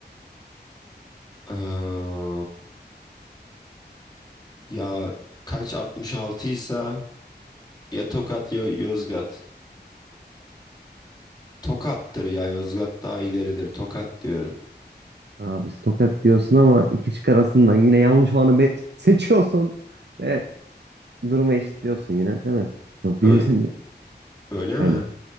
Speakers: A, on the left; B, on the right.
A: Ee, ya kaç 66 ise ya Tokat ya Yozgat. Tokat'tır ya. Yozgat daha ileridir. Tokat diyorum.
B: Abi Tokat diyorsun ama iki çık arasından yine yanlış olanı be- seçiyorsun ve durumu eşitliyorsun yine değil mi? Yok
A: Öyle,
B: bilse mi?
A: öyle mi?
B: Aynı.